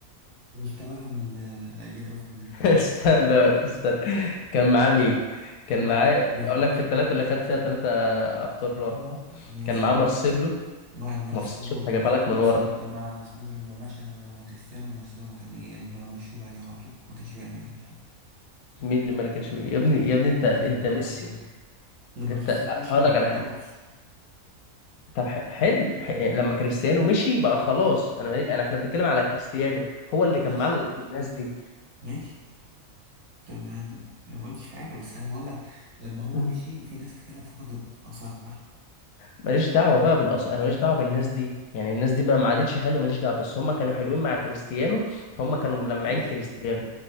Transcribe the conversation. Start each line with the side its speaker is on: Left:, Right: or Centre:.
Right: مستواهم <laughs> اللي اللي كانوا فيه ده
Left: استنى بقى، استنى كان معاه مين
Right: كان
Left: كان
Right: معاك
Left: معاه
Right: هاري كين.
Left: اقول لك في الثلاثه اللي خد فيها ثلاثه ابطال ورا بعض
Right: ماشي
Left: كان معاه مارسيلو
Right: ما مارسيلو
Left: مارسيلو شوف
Right: والو-
Left: هجيبها لك من
Right: مارسيلو
Left: ورا
Right: طب ما اسمه ده لما مشى كريستيانو مارسيلو ما كان ايه يعني ما مشوه بعديها على طول ما كانش بيعمل يعني حاجة
Left: مين اللي ما كانش يا ابني يا ابني
Right: لا
Left: انت انت
Right: لما
Left: ميسي
Right: لما
Left: انت
Right: كريستيانو مشي
Left: هقول
Right: ما
Left: لك على
Right: خلاص
Left: حاجه طب ح- حلو ح- لما كريستيانو مشي بقى خلاص انا انا احنا بنتكلم على كريستيانو هو اللي
Right: ماشي
Left: كان مع الناس دي
Right: ماشي طب ما أنا ما قلتش حاجة بس أنا بقول لك لما هو
Left: مم.
Right: مشي في ناس كتيرة فقدت الآثار بتاعها
Left: ماليش دعوه بقى بالأص... انا ماليش دعوه بالناس دي يعني الناس دي بقى ما عادتش حلوه ماليش دعوه بس هم كانوا حلوين مع كريستيانو هم كانوا ملمعين
Right: ماشي
Left: كريستيانو